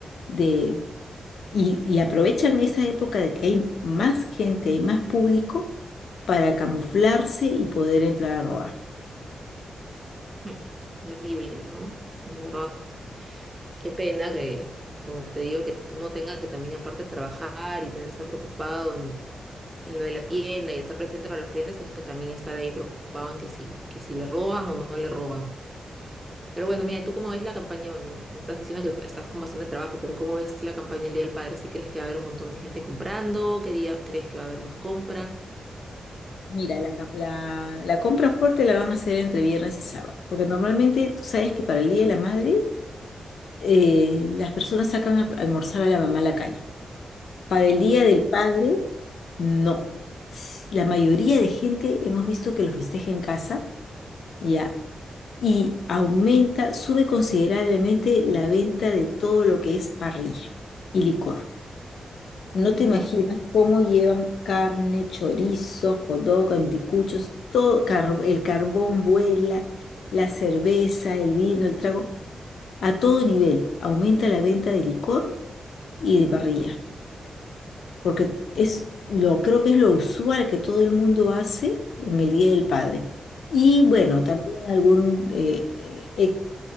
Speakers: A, on the left; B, on the right.
A: de, y, y aprovechan esa época de que hay más gente, hay más público para camuflarse y poder entrar a robar.
B: <laughs> Terrible, ¿no? En verdad, qué pena que, como te digo, que uno tenga que también aparte trabajar y tener que estar preocupado en en lo de la tienda y estar presente para los clientes, tenga que también estar ahí preocupado en que si, que si le roban o no le roban. Pero bueno, mira, ¿tú cómo ves la campaña? Bueno, me estás diciendo que estás con bastante trabajo, pero ¿cómo ves la campaña el Día del Padre? ¿Si crees que va a haber un montón de gente comprando? ¿Qué día crees que va a haber más compra?
A: Mira, la, ca- la, la compra fuerte la van a hacer entre viernes y sábado, porque normalmente tú sabes que para el Día de la Madre eh, las personas sacan a almorzar a la mamá a la calle. Para el
B: Ujú.
A: Día del Padre, no. S- La mayoría de gente hemos visto que lo festeja en casa, ya, y aumenta, sube considerablemente la venta de todo lo que es parrilla y licor. No
B: Ah,
A: te
B: mira,
A: imaginas cómo llevan carne, chorizo, hot dog, anticuchos, todo, car- el carbón vuela, la cerveza, el vino, el trago, a todo nivel. Aumenta la venta de licor y de parrilla, porque es lo, creo que es lo usual que todo el mundo hace en el Día del Padre. Y bueno,
B: claro.
A: también algún, eh, eh, eh,